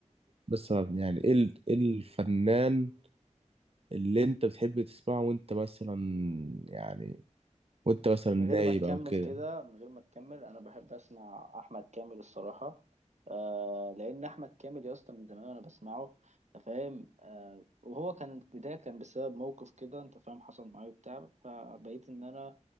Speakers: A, on the right; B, on the right.
A: مثلا يعني ايه ال- ايه الفنان اللي انت بتحب تسمعه وانت مثلا يعني وانت مثلا
B: من
A: نايم
B: غير ما تكمل
A: أو كده
B: كده من غير ما تكمل انا بحب اسمع احمد كامل الصراحه آه لان احمد كامل يا اسطى من زمان وانا بسمعه أنت فاهم آه وهو كان في البدايه كان بسبب موقف كده انت فاهم حصل معايا وبتاع فبقيت ان انا